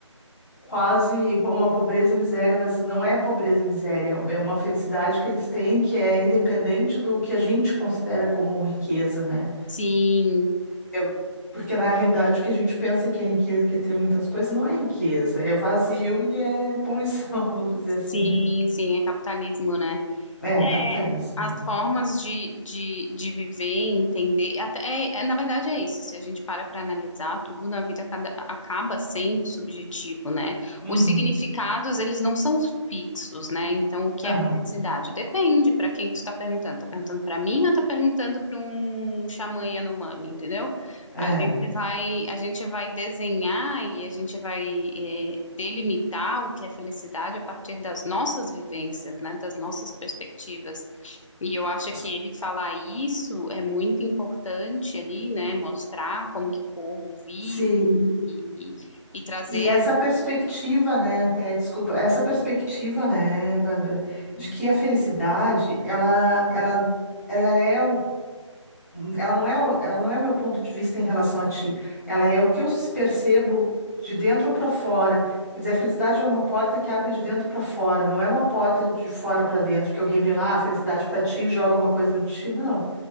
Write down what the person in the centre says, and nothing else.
quase uma pobreza e miséria, mas não é pobreza e miséria, é é uma felicidade que eles têm que é independente do que a gente considera como riqueza, né?
Eu- Porque na realidade o que a gente pensa que é riqueza, que é ter muitas coisas, não é riqueza, é vazio e é poluição, <laughs> vamos dizer assim,
né?
É,
capitalismo,
né?
Uhum.
Aham.
É.
Mas-
Sim.
E essa perspectiva, né, até, desculpa, essa perspectiva, né, Bárbara, de que a felicidade, ela, ela, ela é, um- Ela não é, o- ela não é o meu ponto de vista em relação a ti. Ela é o que eu s- percebo de dentro para fora. Quer dizer, a felicidade é uma porta que abre de dentro para fora, não é uma porta de fora para dentro, que alguém vem lá, ah, felicidade para ti, joga uma coisa na ti. Não.